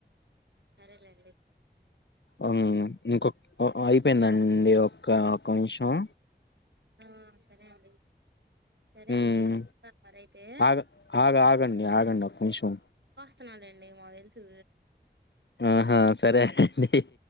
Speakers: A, on the right; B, on the left.
A: సరేలేండి
B: ఉమ్ ఇంకొక అయిపోయిందండి ఒక్క నిమిషం
A: ఆ సరే అండి సరే
B: ఉమ్
A: అండి ఉంటాను మరి అయితే
B: ఆగ ఆగ ఆగండి ఆగండి ఒక్క నిమిషం
A: చూన లెండి మాకు తెలుసు
B: ఆ ఆ సరే అండి